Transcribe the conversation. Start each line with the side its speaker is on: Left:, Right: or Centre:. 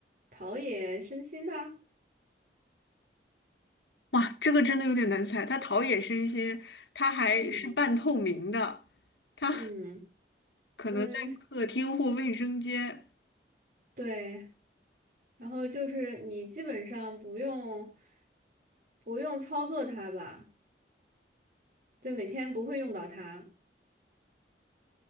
Right: 陶冶身心的。
Left: 哇，这个真的有点难猜。它陶冶身心，它还是半透明的，
Right: 嗯
Left: 它
Right: 嗯。
Left: 可能在客厅或卫生间。
Right: 嗯，对，然后就是你基本上不用不用操作它吧，就每天不会用到它，